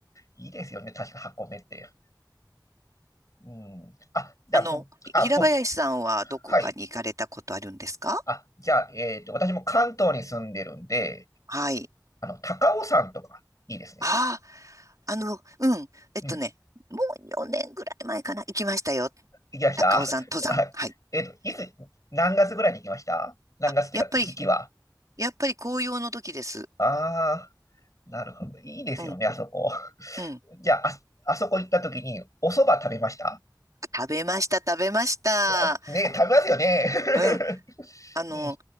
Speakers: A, on the left (about 50°); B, on the right (about 50°).
A: いいですよね。確か箱根って。うん。あ、じゃあ、
B: あの、
A: 僕、
B: ひ平林さんはどこかに行かれたことあるんですか
A: あ、僕、はい。あ、じゃあ、えっと、私も関東に住んでるんで、
B: はい。
A: あの、高尾山とか、いいですね。
B: ああ。あの、うん。えっとね、
A: うん。
B: もう4年ぐらい前かな、行きましたよ。
A: 行きました
B: 高尾山登山。
A: <laughs> はい。
B: はい。
A: えっと、いつ、何月ぐらいに行きました何月っていうか、
B: あ、やっぱり、
A: 時期は。
B: やっぱり紅葉の時です。
A: ああ、なるほど。いいですよね、
B: うん、
A: あそこ。<laughs>
B: うん。
A: じゃあ、あ、あそこ行った時に、お蕎麦食べました
B: 食べました、食べました。
A: あね、食べますよね。
B: うん。
A: <laughs>
B: あの、
A: う